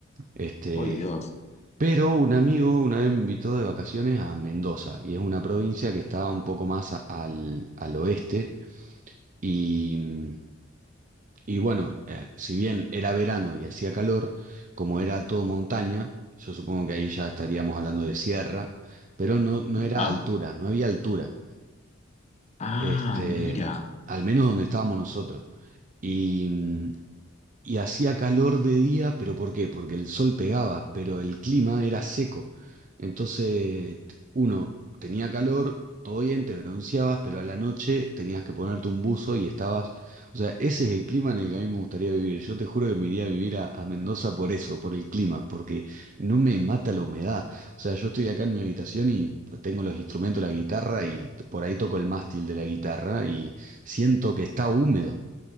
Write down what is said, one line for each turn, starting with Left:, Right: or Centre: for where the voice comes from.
Right: Este,
Left: oh Dios,
Right: pero un amigo una vez me invitó de vacaciones a Mendoza, y es una provincia que está un poco más a- al, al oeste y, mm, y bueno, eh, si bien era verano y hacía calor, como era todo montaña, yo supongo que ahí ya estaríamos hablando de sierra, pero no, no era
Left: ya.
Right: altura, no había altura,
Left: Ah,
Right: este,
Left: mira,
Right: al menos donde estábamos nosotros. Y, mm, y hacía calor de día, pero ¿por qué? Porque el sol pegaba, pero el clima era seco. Entonces, t- uno tenía calor, todo bien, te bronceabas, pero a la noche tenías que ponerte un buzo y estabas... O sea, ese es el clima en el que a mí me gustaría vivir. Yo te juro que me iría a vivir a, a Mendoza por eso, por el clima, porque no me mata la humedad. O sea, yo estoy acá en mi habitación y pues, tengo los instrumentos, la guitarra, y t- por ahí toco el mástil de la guitarra y siento que está húmedo.